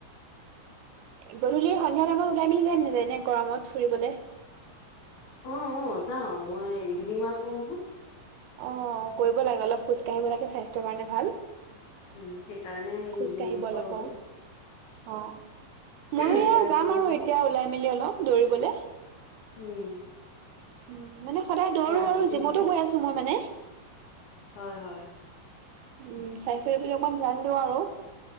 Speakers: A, on the right; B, on the left.
A: গধূলি সন্ধিয়া টাইমত ওলাই মেলি যাম দুজনীয়ে গৰমত ফুৰিবলে।
B: অ অ যাওঁ মই ইভিনিং ৱাক কৰো নহয়।
A: অ কৰিব লাগে অলপ খোজ কঢ়িব লাগে স্বাস্থ্যৰ কাৰণে ভাল।
B: উম সেইকাৰণে সেই ইভিনিং
A: খোজ কাঢ়িব
B: ৱৰ্ক কৰো অলপ।
A: অ। অ ময়ো
B: এতিয়া
A: এয়া
B: আজৰি
A: যাম
B: সোমাও।
A: আৰু এতিয়া ওলাই মেলি অলপ দৌৰিবলে।
B: উম।
A: উম মানে সদায় দৌৰো
B: আজৰি
A: আৰু জিমতো
B: হওঁ,
A: গৈ আছো মই মানে।
B: হয় হয়।
A: উম স্বাস্থ্যৰ প্ৰতি অকমান ধ্যান দিওঁ আৰু।